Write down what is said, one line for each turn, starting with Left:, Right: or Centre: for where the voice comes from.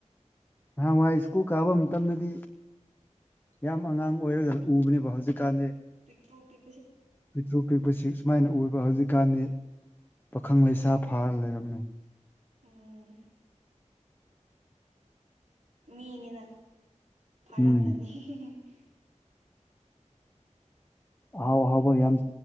Left: ꯅꯍꯥꯟꯋꯥꯏ ꯁ꯭ꯀꯨꯜ ꯀꯥꯕ ꯃꯇꯝꯗꯗꯤ ꯌꯥꯝ ꯑꯉꯥꯡ ꯑꯣꯏꯔꯒ ꯎꯕꯅꯦꯕꯣ ꯖꯤꯀꯥꯦ
Right: ꯇ꯭ꯔꯨꯕꯤꯤ
Left: ꯄꯤꯛꯊꯣꯛ ꯄꯤꯛꯄꯁꯤ ꯁꯨꯃꯥꯏꯅ ꯎ ꯍꯧꯖꯤꯛꯀꯥꯟꯗꯤ ꯄꯥꯈꯪ ꯂꯩꯁꯥ ꯐꯥꯔ ꯂꯩꯔꯝꯃꯤ
Right: ꯑꯝ ꯃꯤꯅꯤꯅ ꯐꯔꯀꯅꯤ
Left: ꯎꯝ
Right: <unintelligible>
Left: ꯑꯍꯥꯎ ꯑꯍꯥꯎꯕ ꯌꯥꯝ